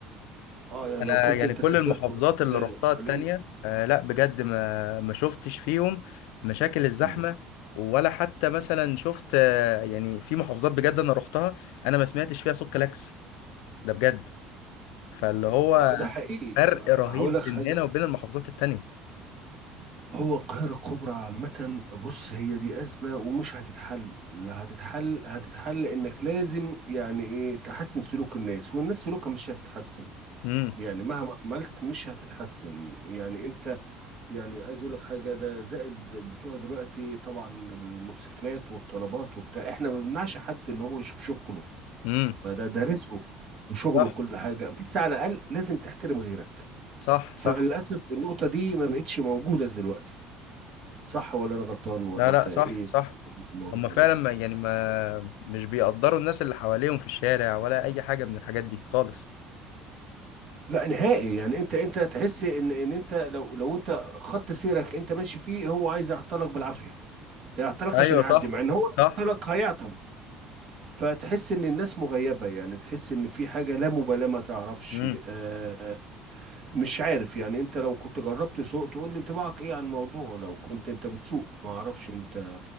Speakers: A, on the right (about 50°); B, on the left (about 80°).
A: آه، يعني
B: انا
A: لو كنت
B: يعني
A: أنت
B: كل
A: سافرت
B: المحافظات
A: وقت
B: اللي
A: الأقاليم
B: رحتها التانية آه لا بجد ما ما شفتش فيهم مشاكل الزحمة
A: مم.
B: ولا حتى مثلا شفت آه يعني في محافظات بجد انا رحتها انا ما سمعتش فيها صوت كلاكس ده بجد فاللي هو
A: آه ده حقيقي
B: فرق
A: آه،
B: رهيب
A: هقول لك
B: بين
A: حاجة
B: هنا وبين المحافظات التانية
A: هو القاهرة الكبرى عامة بص هي دي أزمة ومش هتتحل لا هتتحل هتتحل إنك لازم يعني إيه تحسن سلوك الناس والناس سلوكها مش هتتحسن
B: امم
A: يعني مهما عملت مش هتتحسن يعني أنت يعني عايز أقول لك حاجة ده زائد بتوع دلوقتي طبعا الموتوسيكلات والطلبات وبتاع إحنا ما بنمنعش حد إن هو يشوف شغله
B: امم
A: ما ده ده رزقه وشغله
B: صح
A: وكل حاجة بس على الأقل لازم تحترم غيرك
B: صح
A: فللأسف
B: صح
A: النقطة دي ما بقتش موجودة دلوقتي صح ولا انا غلطان ولا
B: لا
A: انت
B: لا
A: ايه
B: صح صح
A: في الموضوع
B: هما
A: يعني
B: فعلا ما يعني ما مش بيقدروا الناس اللي حواليهم في الشارع ولا اي حاجة من الحاجات دي خالص
A: لا نهائي يعني انت انت تحس ان ان انت لو لو انت خط سيرك انت ماشي فيه هو عايز يعطلك بالعافيه يعطلك
B: ايوه
A: عشان يعدي
B: صح
A: مع ان هو لو
B: صح
A: عطلك هيعطل فتحس ان الناس مغيبه يعني تحس ان في حاجه لا مبالاه ما تعرفش
B: مم.
A: آه مش عارف يعني انت لو كنت جربت سوق تقول لي انطباعك ايه عن الموضوع لو كنت انت بتسوق ما اعرفش انت